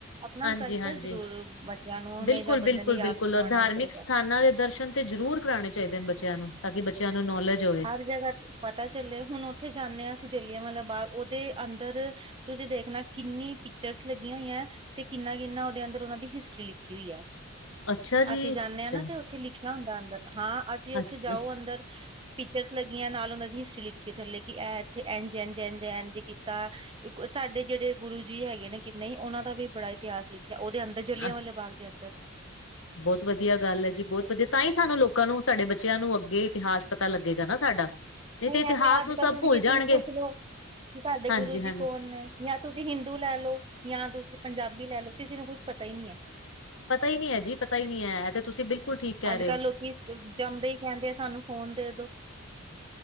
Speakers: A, on the right; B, on the left.
A: ਆਪਣਾ
B: ਹਾਂਜੀ
A: ਕਲਚਰ
B: ਹਾਂਜੀ
A: ਜ਼ਰੂਰ ਬੱਚਿਆਂ ਨੂੰ ਹਮੇਸ਼ਾ
B: ਬਿਲਕੁਲ
A: ਬੰਦੇ
B: ਬਿਲਕੁਲ
A: ਨੂੰ ਯਾਦ
B: ਬਿਲਕੁਲ
A: ਕਰਵਾਉਣਾ
B: ਔਰ ਧਾਰਮਿਕ
A: ਚਾਹੀਦਾ
B: ਸਥਾਨਾਂ ਦੇ ਦਰਸ਼ਨ ਤੇ ਜ਼ਰੂਰ ਕਰਾਉਣੇ ਚਾਹੀਦੇ ਨੇ ਬੱਚਿਆਂ ਨੂੰ ਤਾਂ ਕਿ ਬੱਚਿਆਂ ਨੂੰ ਨੌਲੇਜ ਹੋਵੇ
A: ਹਰ ਜਗ੍ਹਾ ਪਤਾ ਚੱਲੇ ਹੁਣ ਉੱਥੇ ਜਾਂਦੇ ਹਾਂ ਅਸੀਂ ਜਲਿਆਂਵਾਲਾ ਬਾਗ ਉਹਦੇ ਅੰਦਰ ਤੁਸੀਂ ਦੇਖਣਾ ਕਿੰਨੀ ਪਿਕਚਰਸ ਲੱਗੀਆਂ ਹੋਈਆਂ ਤੇ ਕਿੰਨਾ-ਕਿੰਨਾ ਉਹਦੇ ਅੰਦਰ ਉਹਨਾਂ ਦੀ ਹਿਸਟਰੀ ਲਿਖੀ ਹੋਈ ਹੈ
B: ਅੱਛਾ ਜੀ,
A: ਅਸੀਂ ਜਾਂਦੇ
B: ਅੱਛਾ,
A: ਹਾਂ ਨਾ ਤੇ ਉੱਥੇ ਲਿਖੇ ਹੁੰਦਾ ਅੰਦਰ ਹਾਂ ਅਸੀਂ ਉੱਥੇ
B: ਅੱਛ
A: ਜਾਓ ਅੰਦਰ ਪਿਚਰਸ ਲੱਗੀਆਂ ਨਾਲ ਉਹਨਾਂ ਦੀ ਹਿਸਟਰੀ ਲਿਖੀ ਥੱਲੇ ਕਿ ਇਹ ਇੱਥੇ ਐ ਜਨ ਜ ਐਨ ਜੇ ਕੀਤਾ ਸਾਡੇ ਜਿਹੜੇ ਗੁਰੂ ਜੀ ਹੈਗੇ ਨੇ ਕਿ ਨਹੀਂ ਉਹਨਾਂ ਦਾ ਵੀ ਬੜਾ ਇਤਿਹਾਸ ਲਿਖਿਆ ਉਹਦੇ ਅੰਦਰ ਜੱਲੵਿਆਂ
B: ਅੱਛ
A: ਵਾਲੇ ਬਾਗ ਦੇ ਅੰਦਰ
B: ਬਹੁਤ ਵਧੀਆ ਗੱਲ ਹੈ ਜੀ ਬਹੁਤ ਵਧੀਆ ਤਾਂ ਹੀ ਸਾਨੂੰ ਲੋਕਾਂ ਨੂੰ ਸਾਡੇ ਬੱਚਿਆਂ ਨੂੰ ਅੱਗੇ ਇਤਿਹਾਸ ਪਤਾ ਲੱਗੇਗਾ ਨਾ ਸਾਡਾ ਨਹੀਂ ਤੇ ਇਤਿਹਾਸ
A: ਐਵੇਂ ਅੱਜ
B: ਨੂੰ
A: ਕੱਲ੍ਹ
B: ਸਭ
A: ਤੁਸੀਂ
B: ਭੁੱਲ
A: ਕਿਸੇ
B: ਜਾਣਗੇ
A: ਨੂੰ ਪੁੱਛ ਲਓ ਕਿ ਸਾਡੇ
B: ਹਾਂਜੀ-ਹਾਂਜੀ।
A: ਗੁਰੂ ਜੀ ਕੌਣ ਨੇ ਜਾਂ ਤੁਸੀਂ ਹਿੰਦੂ ਲੈ ਲਓ ਜਾਂ ਤੁਸੀਂ ਪੰਜਾਬੀ ਲੈ ਲਓ ਕਿਸੇ ਨੂੰ ਕੁਛ ਪਤਾ ਹੀ ਨਹੀਂ ਹੈ
B: ਪਤਾ ਹੀ ਨਹੀਂ ਹੈ ਜੀ ਪਤਾ ਹੀ ਨਹੀਂ ਹੈ ਤੇ ਤੁਸੀਂ ਬਿਲਕੁਲ ਠੀਕ ਕੈ
A: ਅੱਜ
B: ਰੇ
A: ਕੱਲ੍ਹ
B: ਓ,
A: ਲੋਕੀ ਜੰਮਦੇ ਹੀ ਕਹਿੰਦੇ ਆ ਸਾਨੂੰ ਫੋਨ ਦੇ ਦੋਂ